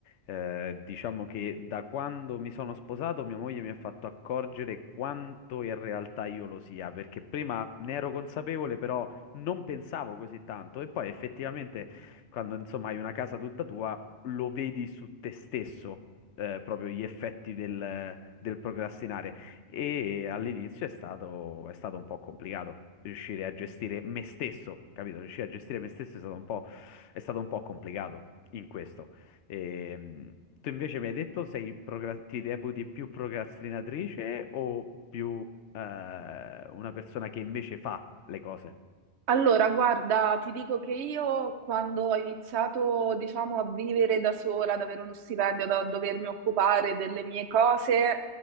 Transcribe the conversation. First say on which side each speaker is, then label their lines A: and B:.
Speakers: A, on the left; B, on the right.
A: Eh, diciamo che da quando mi sono sposato, mia moglie mi ha fatto accorgere quanto in realtà io lo sia, perché prima ne ero consapevole, però non pensavo così tanto. E poi effettivamente, quando insomma hai una casa tutta tua, lo vedi su te stesso eh, proprio gli effetti del, del procrastinare. E all'inizio è stato, è stato un po' complicato riuscire a gestire me stesso, capito? Riuscire a gestire me stesso è stato un po', è stato un po' complicato in questo. Ehm, tu invece mi hai detto sei procra- ti reputi più procrastinatrice o più eh, una persona che invece fa le cose?
B: Allora, guarda, ti dico che io quando ho iniziato, diciamo, a vivere da sola, ad avere uno stipendio, da dovermi occupare delle mie cose,